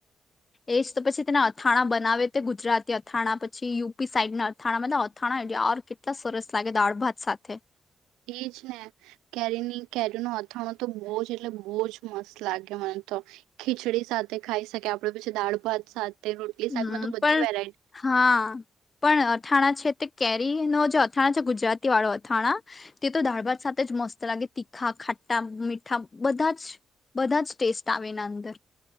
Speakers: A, on the left; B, on the right.
A: એજ તો પછી તેના અથાણા બનાવે તે ગુજરાતી અથાણા પછી યુપી સાઈડના અથાણામાં અથાણા કેટલા સરસ લાગે દાળ ભાત સાથે
B: એજ ને કેરીની કેરી ન અથાણું તો બહુ જ એટલે બહુ જ મસ્ત લાગે મને તો ખીચડી સાથે ખાઈ શકે આપડ પછી દાળ ભાત સાથે રોટલી
A: હમ
B: શાકમાં તો બધી
A: પણ
B: વેરાયટી
A: હા પણ અથાણા છે તે કેરી નો જે અથાણા છે ગુજરાતી વાળો અથાણા, તે તો દાળ ભાત સાથે જ મસ્ત લાગે, તીખા, ખાટા, મીઠા બધા જ બધા જ ટેસ્ટ આવે એના અંદર.